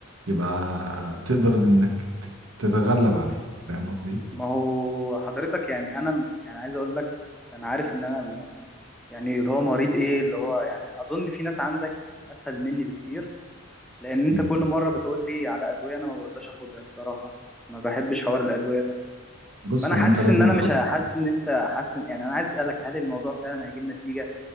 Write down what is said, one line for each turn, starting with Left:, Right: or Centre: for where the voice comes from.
Right: يبقى تقدر انك تت- تتغلب عليها فاهم قصدي إيه؟
Centre: ما هو حضرتك يعني انا يعني عايز اقول لك انا عارف ان انا يعني يعني اللي هو مريض ايه اللي هو يعني اظن في ناس عندك اسهل مني بكتير لان انت
Right: مم.
Centre: كل مره بتقول لي على ادويه انا ما برضاش اخدها الصراحه ما بحبش حوار الادويه ده
Right: بص
Centre: فانا
Right: هو
Centre: حاسس
Right: انت لازم
Centre: ان انا مش
Right: تثق
Centre: ه- حاسس ان انت حاسس إن- يعني انا عايز اسالك هل الموضوع فعلا هيجيب نتيجه